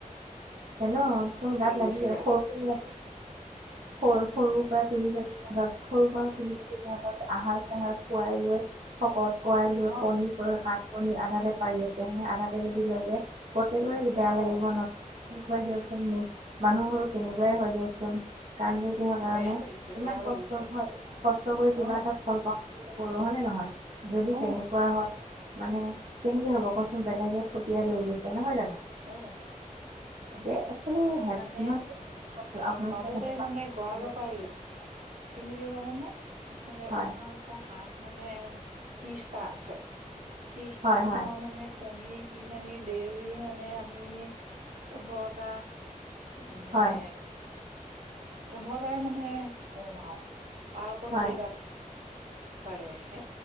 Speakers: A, on the right (about 60°); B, on the right (about 80°).
A: ন একদম গাত লাগি
B: গৈছেগে
A: যায়
B: আজি
A: সৰুক ইহ
B: হা
A: সৰু সৰুৰ পৰা তুলি -তানি অল সৰু পৰা তুলি -তালি ঘৰত আহাৰ চাহাৰ খুৱাই লৈ শকত কুৱাই লৈ
B: অ
A: কণী ক কণী আধাতে পাৰি আছে মানে আধাতে যদি লৈ যায় প্ৰত্যেকৰে বেয়া
B: অ
A: লাগিব নত কুৱাই দিয়কচোন নি মানুহবোৰো কেনেকুৱাই হয় দিয়কচোন। কান্দি দিও কাৰণে
B: বেয়া লাগিছে বেয়া
A: ইমান
B: লাগিছে
A: কষ্ট হয় ইমান কষ্ট কৰি কিবা
B: অ
A: এটা ফল পাওঁ পৰহুণে নহয় যদি
B: অ
A: তেনেকুৱা হয়। মানে কেনেকে হ'ব কচোন বেলেগে থপিয়াই লৈ গৈছে নহয় জানো।
B: অ
A: <unintelligible>
B: মানে মাজতে মানে গঁৰালৰ পৰাই লো কেনেকে জানানে? মানে
A: হয়
B: আমাৰ আকৌ হাঁহ। মানে ত্ৰিশটা আছে। ত্ৰিশটা
A: হয় হয়
B: হাঁহ মানে কণী। কিজানি ডেইলি অনে আমি পোন্ধৰটা। উম মানে
A: হয়
B: পোন্ধৰটাহে মানে কম আৱ। তাৰ ওপৰত
A: হয়
B: যেটা। পাৰে। হ